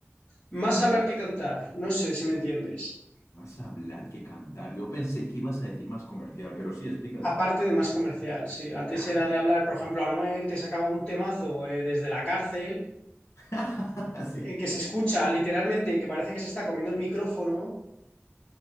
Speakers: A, on the left; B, on the left.
A: más
B: Adelante.
A: hablar que cantar, no sé si me entiendes.
B: Más hablar que cantar. Yo pensé que ibas a decir más comercial, pero sí, explícate.
A: Aparte de más comercial, sí. Antes
B: A
A: era
B: ver,
A: de hablar, por ejemplo, Anuel te sacaba un temazo eh, desde la cárcel,
B: <laughs> sí,
A: eh, que
B: tío.
A: se
B: Eh,
A: escucha literalmente, que parece que se está comiendo el micrófono